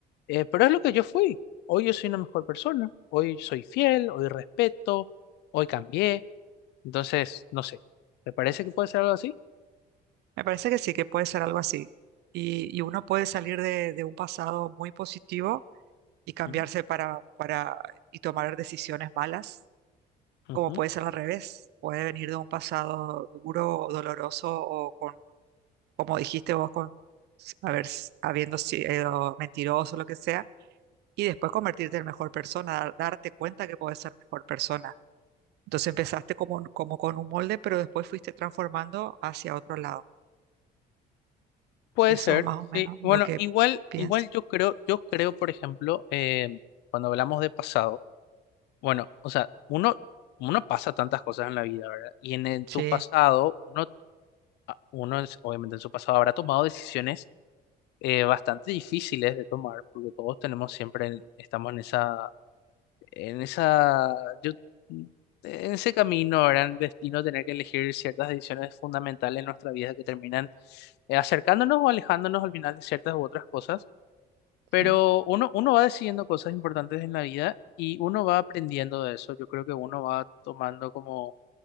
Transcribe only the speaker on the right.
me parece que sí, que puede ser algo así. Y, y uno puede salir de, de un pasado muy positivo y cambiarse
para, para y tomar decisiones malas,
como puede ser al revés. Puede venir de un pasado duro o doloroso o con, como dijiste vos, con s- haber, s- habiendo sido mentiroso, lo que sea, y después convertirte en mejor persona, dar- darte cuenta que puedes ser mejor persona Entonces empezaste como, un- como con un molde, pero después fuiste transformando hacia otro lado.
Eso
es más o menos
lo que
pienso.
Sí,
sí,